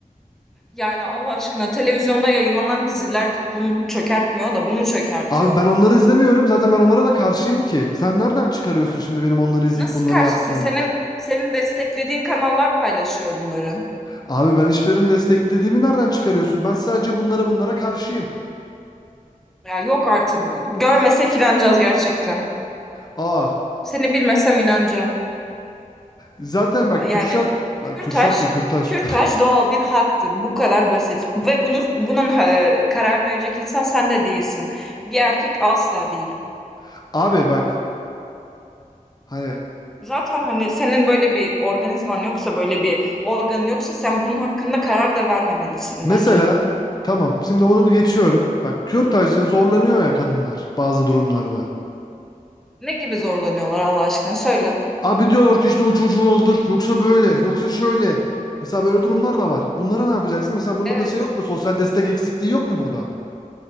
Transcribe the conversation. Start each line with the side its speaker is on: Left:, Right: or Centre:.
Centre: Yani Allah aşkına televizyonda yayınlanan diziler toplumu çökertmiyor da bu mu çökertiyor?
Left: Abi ben onları izlemiyorum. Zaten ben onlara da karşıyım ki. Sen nereden çıkarıyorsun şimdi benim onları izleyip
Centre: Nasıl
Left: bunları
Centre: karşısın?
Left: yaptığımı?
Centre: Senin senin desteklediğin kanallar paylaşıyor bunları.
Left: Abi ben hiçbirini desteklediğimi nereden çıkarıyorsun? Ben sadece bunlara bunlara karşıyım.
Centre: Ya yok artık. Görmesek inanacağız gerçekten.
Left: Aa.
Centre: Seni bilmesem inanacağım.
Left: Zaten bak
Centre: Yani
Left: Kürşat bak
Centre: kürtaj,
Left: Kürşat da Kürtaş.
Centre: kürtaj doğal bir haktır. Bu kadar basit. Ve bunu, bunun e, karar verecek insan sen de değilsin. Bir erkek asla değil.
Left: <laughs> Abi bak hani
Centre: Zaten hani senin böyle bir organizman yoksa, böyle bir organın yoksa sen bunun hakkında karar da vermemelisin
Left: mesela
Centre: bence.
Left: tamam şimdi onu bir geçiyorum. Bak kürtajda zorlanıyor ya kadınlar bazı durumlarda.
Centre: Ne gibi zorlanıyorlar Allah aşkına söyle.
Left: Abi diyorlar ki işte o çocuğu öldür. Yoksa böyle, yoksa şöyle. Mesela böyle durumlar da var. Bunlara ne yapacaksın? Mesela bunda
Centre: Evet.
Left: da şey yok mu? Sosyal destek eksikliği yok mu burada?